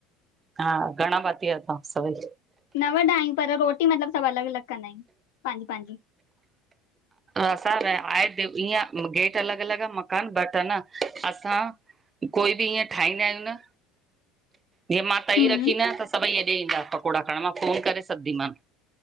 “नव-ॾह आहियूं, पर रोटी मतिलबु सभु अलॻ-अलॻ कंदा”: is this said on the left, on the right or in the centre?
Left